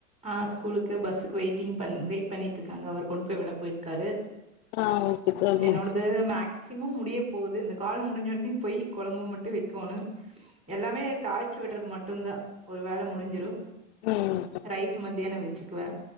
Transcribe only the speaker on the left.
ஆ ஓகே தோழி
ம்